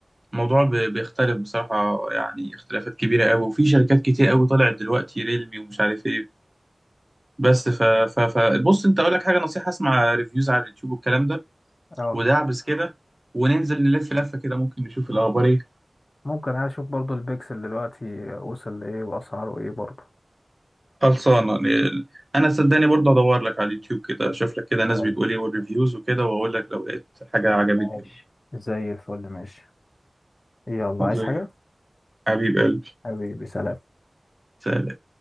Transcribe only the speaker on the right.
الموضوع ب- بيختلف بصراحة يعني اختلافات كبيرة قوي وفي شركات كتير قوي طلعت دلوقتي ريلمي ومش عارف ايه بس ف ف ف بص انت اقول لك حاجة نصيحة اسمع ريفيوز على اليوتيوب والكلام ده
ودعبس كده وننزل نلف لفة كده ممكن نشوف
الأخبار ايه
وخلصانة ن- أنا صدقني برضه أدور لك على اليوتيوب كده أشوف لك كده ناس
بتقول ايه والريفيوز وكده وأقول لك لو لقيت حاجة عجبتني
برضه.
زي
حبيب قلبي
سلام